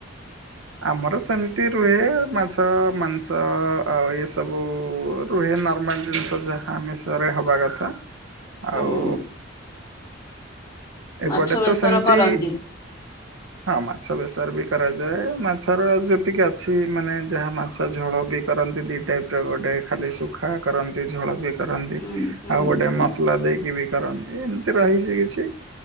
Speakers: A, on the right; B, on the left.
A: ଆମର ସେମିତି ରୁ ରୁହେ ମାଛ ମାଂସ ଆଉ ଏ ସବୁ ରୁହେ ନର୍ମାଲ ଜିନିଷ ଯାହା। ଆମିଷରେ ହେବା କଥା
B: ହୁଁ
A: ଆଉ ଏପଟେ
B: ମାଛ ବେସର
A: ତ ସେମିତି
B: କରନ୍ତି।
A: ହଁ ମାଛ ବେସର ବି। କରାଯାଏ ମାଛର ଯେତିକି ଅଛି ମାନେ ଯାହା ମାଛ ଝୋଳ ବି କରନ୍ତି ଦି ଟାଇପ ର ଗୋଟେ ଖାଲି ସୁଖା କରନ୍ତି ଝୋଳ ବି କରନ୍ତି
B: ହୁଁ ହୁଁ
A: ଆଉ ଗୋଟେ
B: ହୁଁ
A: ମସଲା ଦେଇକି ବି କରନ୍ତି ଏମିତି ରହିଛି କିଛି।